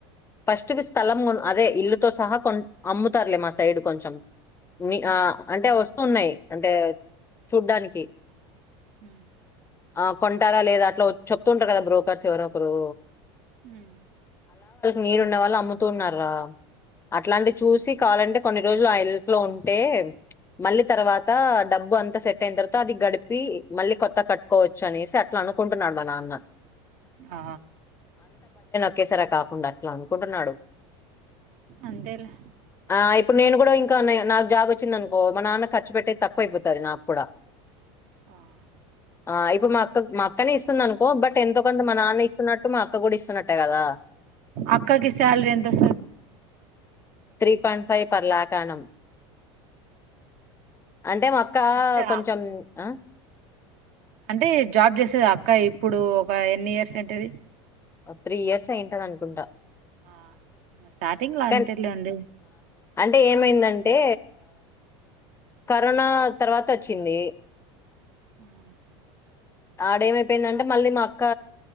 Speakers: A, on the left; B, on the right.
A: ఫస్ట మీ స్థలం కొను అదే ఇల్లుతో సహా కొ అమ్ముతారులే మా సైడ్ కొంచెం నిహా
B: ఆ
A: అంటే వస్తున్నాయి అంటే చూడానికి
B: ఉమ్
A: ఆ కొంటారాలేదా అట్లా చెప్తుంటారు కదా బ్రోకర్స్ ఎవరొ ఒకరు
B: ఊమ్
A: నీడ్ ఉన్న వాళ్ళు అమ్ముతున్నారా అట్లాంటి చూసి
B: ఉమ్
A: కాలంటే కొన్ని రోజులు ఆ ఇల్లో ఉ అంటే మళ్ళీ తర్వాత డబ్బు అంతా సెట్ అయిన తర్వాత అది గడిపి మళ్ళ కొత్త కట్కోవచ్చు అనేసి అట్లా అనుకుంటున్నాడు మా నాన్న
B: ఆ
A: ఒకేసరే కాకుండా అట్లా అనుకుంటునడు
B: అంతేలే
A: ఆ ఇప్పుడు నేను కూడా నాకు జాబ్ వచ్చింది అనుకో మా నాన్న ఖర్చు పెట్టేది తక్కువైపోతుంది నాకు కూడా
B: <inaudible>
A: ఆ ఇప్పుడు మా మా అక్కనే ఇస్తుంది అనుకో బట్ ఎంతో కొంత మా నాన్న ఇస్తున్నట్టు మా అక్క కూడా ఇస్తున్నట్టే కదా
B: అక్కాకి సాలరీ ఎంతవ
A: three point five per lakh annum అంటే మక్క
B: అంటే
A: కొంచెం ఆ
B: అంటే జాబ్ చేసేది అక్క ఇప్పుడు ఒక ఎన్ని ఇయర్స్ అయితది
A: ఓ త్రీ ఇయర్స్ అ ఏయింటని అనుకుంటా
B: ఆ స్టార్టింగ్ లో
A: కన్
B: అంతేలేండి
A: అంటే ఏమందంటే కా కరోనా తర్వాత హచ్చింది
B: <inaudible>
A: ఆడ ఏమైపోయిందంటే మళ్ళీ మా అక్క